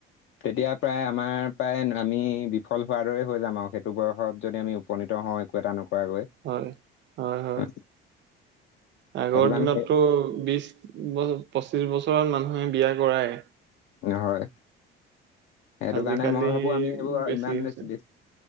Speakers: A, on the left (about 45°); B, on the right (about 40°).
A: তেতিয়া প্ৰায় আমাৰ প্ৰায় আমি বিফল হোৱাৰ দৰে হৈ যাম আৰু সেই- টো বয়সত যদি আমি উপনীত হওঁ একো এটা নকৰাকৈ।
B: হয়, হয় হয়,
A: উম,
B: আগৰ
A: সেইটো কাৰণে
B: দিনতটো বিশ- পঁচিছ বছৰত মানুহে বিয়া কৰায়।
A: হয়, সেইটো
B: আজিকালি
A: কাৰণে মই ভাবোঁ আমি এইবোৰ
B: বেছি
A: ইমান
B: হৈছে
A: বেছ-